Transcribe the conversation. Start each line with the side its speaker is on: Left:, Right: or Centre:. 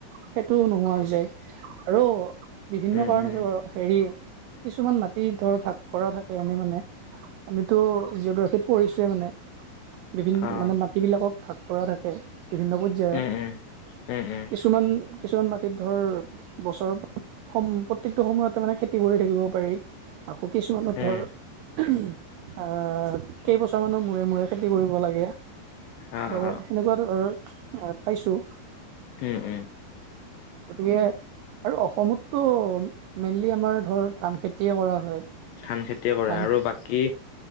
Right: সেইটো নোহোৱা হৈ যায় আৰু বিভিন্ন
Left: উম
Right: কাৰণ
Left: উম
Right: আছে বাৰু। হেৰি কিছুমান মাটি ধৰ ভাগ কৰা থাকে এনে মানে। আমিতো জিঅ'গ্ৰাফীত পঢ়িছোৱে মানে। বিভিন
Left: আহ
Right: মানে মাটিবিলাকত ভাগ কৰা থাকে বিভিন্ন পয- যে
Left: উম উম উম উম
Right: কিছুমান কিছুমান মাটিত ধৰ বছৰ সম প্ৰত্যেকটো সময়ত ত মানে খেতি কৰি থাকিব পাৰি। আকৌ কিছুমানত
Left: উম
Right: ধৰ আহ কেইবছৰ মানৰ মূৰে মূৰে খেতি কৰিব লাগে।
Left: অ
Right: ত
Left: অ
Right: সেনেকুৱা ধৰ আ পাইছো।
Left: উম উম
Right: গতিকে আৰু অসমতটো মেইনলি আমাৰ ধৰ ধান খেতিয়ে কৰা হয়।
Left: ধান খেতিয়ে কৰে
Right: ধান
Left: আৰু বাকী